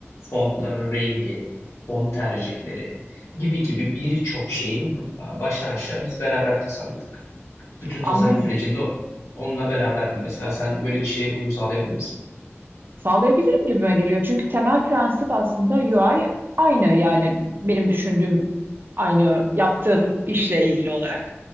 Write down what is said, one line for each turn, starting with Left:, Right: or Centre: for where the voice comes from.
Left: fontların rengi, font tercihleri gibi gibi
Right: hı.
Left: birçok şeyin baştan aşağı biz beraber tasarladık. Bütün
Right: Anlıyorum.
Left: tasarım sürecinde o- onunla beraberdim. Mesela sen böyle bir şeye uyum sağlayabilir misin?
Right: Sağlayabilirim gibime geliyor. Çünkü temel prensip aslında UI aynı yani benim düşündüğüm aynı yaptığım işle ilgili olarak.